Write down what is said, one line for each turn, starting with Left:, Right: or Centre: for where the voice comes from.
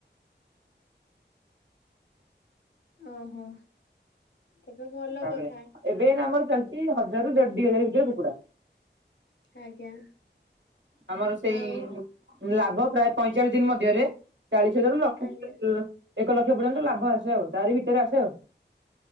Left: ଓହୋ ତେବେ ଭଲ
Right: ତାପରେ
Left: କଥା
Right: ଏବେ ଏଇନା ଆମର ଚାଲିଛି ହଜାରରୁ ଦେଢ ଦି ହଜାର ଭିତରେ କୁକୁଡ଼ା
Left: ଆଜ୍ଞା
Right: ଆମର ସେଇ
Left: ଆଉ
Right: ଲାଭ ପ୍ରାୟ ପଇଁଚାଳିଶ ଦିନ ମଧ୍ୟରେ ଚାଳିଶ ହଜାରରୁ ଲକ୍ଷେ
Left: ଆଜ୍ଞା।
Right: <unintelligible> ଏକ ଲକ୍ଷ ପର୍ଯ୍ୟନ୍ତ ଲାଭ ଆସେ ଆଉ, ତାରି ଭିତରେ ଆସେ ଆଉ।